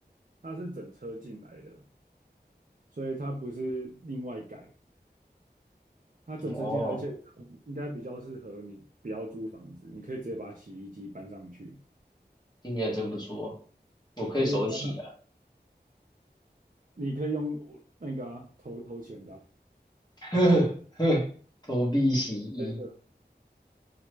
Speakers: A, on the right; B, on the left.
A: 它是整车进来的，所以它不是另外改，它整车进来，
B: 哦，
A: 而且应该比较适合你不要租房子，你可以直接把洗衣机搬上去，
B: 听起来真不错，我可以手洗啊，
A: 可以搬上，你可以用那个啊投投钱的啊
B: <laughs> 呵呵投币洗衣。
A: 真的